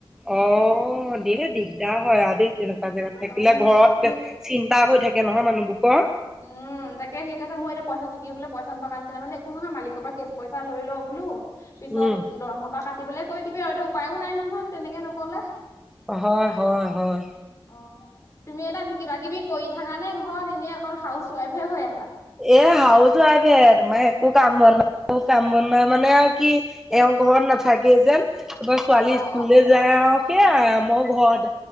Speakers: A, in the centre; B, on the left.
A: অ <unintelligible> দিগদাৰ হয় আৰু দে। তেনেকুৱা জেগাত থাকিলে।
B: উম
A: ঘৰত চিন্তা হৈ থাকে নহয় মানুহবকৰ।
B: উম তাকে সিক কছে মই এয়া পইচা থাকিব পইচা তোৰ মানে একো নহয়। মালিকৰ পৰা কেচ পইচা লৈ লওঁ বোলো। পিছত
A: উম,
B: দৰমহৰ পৰা ক কাতিবলৈ কৈ দিবি আৰু, এতিয়া উপায়ো নাই নহয় তেনেকে নকলে।
A: হয়-হয়-হয়
B: অ তুমি এটা কিবা-কিবি কৰি থাক নে ঘৰত? এনেই অকল হাউচ ৱাইফে হৈ আছ।
A: এ হউচ ওৱাভে। তোমাৰ একো কাম বন নাই। একো কাম বনাই মানে আৰু কি এওঁ ঘৰত নাথাকে যেন। তাৰপৰা ছোৱালী
B: অ
A: স্কুললৈ
B: অ
A: যায় আৰু সেয়া। মই ঘৰতে,